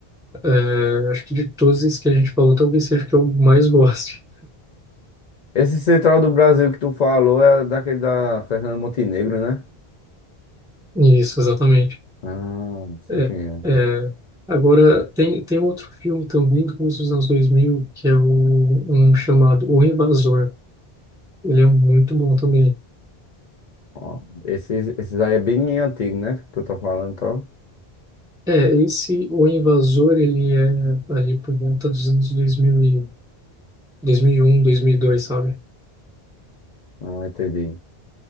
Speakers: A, in the centre; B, on the left.
A: É, acho que de todos esses que a gente falou, talvez seja o que eu mais goste.
B: Esse Central do Brasil que tu falou é daquele da Fernanda Montenegro, né?
A: Isso, exatamente.
B: Ah, sei
A: É,
B: quem é.
A: é, agora, tem, tem outro filme também do começo dos anos 2000 que é o, um chamado O Invasor. Ele é muito bom também.
B: Ó, Esses, esses aí é bem antigo, né? Que tu tá falando e tal.
A: É, esse O Invasor, ele é ali por volta dos anos 2000 e, 2001, 2002, sabe?
B: Ah, entendi.